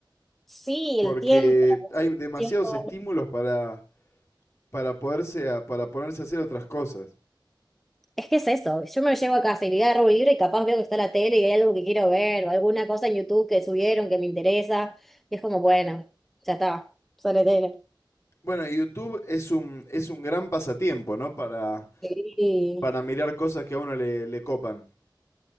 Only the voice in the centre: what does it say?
Sí,
el tiempo.
el tiempo.
Es que es eso, yo me llevo a casa y le agarro un libro y capaz veo que está la tele y hay algo que quiero ver o alguna cosa en YouTube que subieron que me interesa y es como, bueno, ya está, sale tele.
Sí.